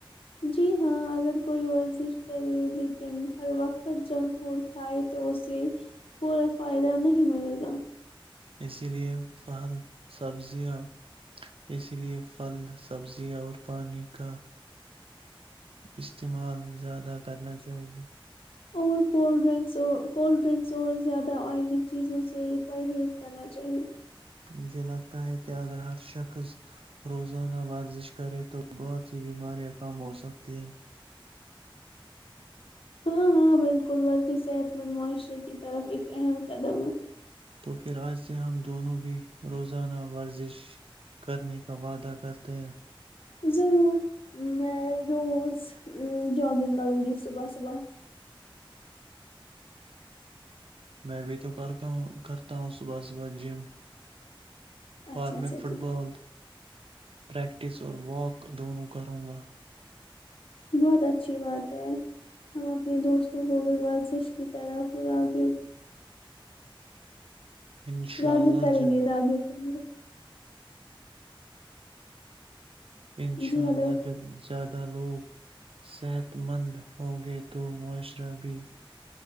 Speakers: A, on the left; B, on the right.
A: جی ہاں اگر کوئی ورزش کرے لیکن ہر وقت جنک فوڈ کھائے تو اسے پورا فائدہ نہیں ملے گا
B: اسی لئے پھل سبزیاں اسی لیئے پھل سبزیاں اور پانی کا استعمال زیادہ کرنا چاہیئے
A: اور کو ڈکس کولڈ ڈرنکس اور زیادہ آئلی چیزوں سے پرہیز کرنا چاہیے
B: مجھے لگتا ہے کہ اگر ہر شخص روزانہ ورزش کرے تو بہت سی بیماریاں کم ہوسکتی ہیں
A: ہاں ہاں بالکل ورزی صحت مند معاشرے کی طرف ایک اہم قدم ہے
B: تو پھر آج سے ہم دونوں بھی روزانہ ورزش کرنے کا وعدہ کرتے ہیں
A: ضرور میں روز جاگنگ کروں گی صبح صبح
B: میں بھی تو کر ہ کرتا ہوں صبح صبح جم
A: اچھا
B: اور
A: اچھا
B: میں فٹ
A: ٹھیک
B: بال پریکٹس اور واک دونوں کروں گا
A: بہت اچھی بات ہے ہم اپنے دوستوں کو بھی ورزش کی طرف راغب
B: انشاءاللہ
A: راغب کریں
B: جب
A: گے راغب کریں گے
B: انشاء
A: جی ہلو
B: اللہ جب زیادہ لوگ صحت مند ہوں گے تو معاشرہ بھی